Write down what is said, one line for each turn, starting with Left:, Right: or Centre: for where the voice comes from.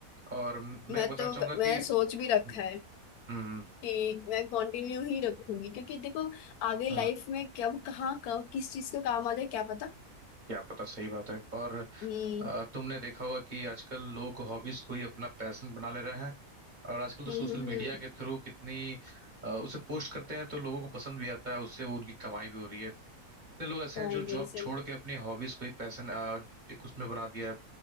Right: और
Left: मैं
Right: मैं बताना
Left: तो
Right: चाहूंगा
Left: मैं
Right: कि
Left: सोच भी रखा
Right: हम्म
Left: है
Right: हम्म
Left: कि मैं कंटिन्यू ही रखूंगी क्योंकि देखो आगे लाइफ
Right: हम्म।
Left: में कब कहाँ कब किस चीज का काम आ जाए क्या पता
Right: क्या पता सही बात है और
Left: हम्म
Right: अ, तुमने देखा होगा कि आजकल लोग हॉबीज को ही अपना पैशन बना ले रहे हैं और आजकल तो
Left: हम्म
Right: सोशल
Left: हम्म
Right: मीडिया
Left: हम्म,
Right: के थ्रू कितनी अ, उसे पोस्ट करते हैं तो लोगों को पसंद भी आता है उससे वो उनकी कमाई भी हो रही है कितने लोग ऐसे
Left: कमाई
Right: हैं जो
Left: बड़ी
Right: जॉब
Left: सही
Right: छोड़ के अपनी हॉबीज को ही पैशन एक उसमें बना दिया है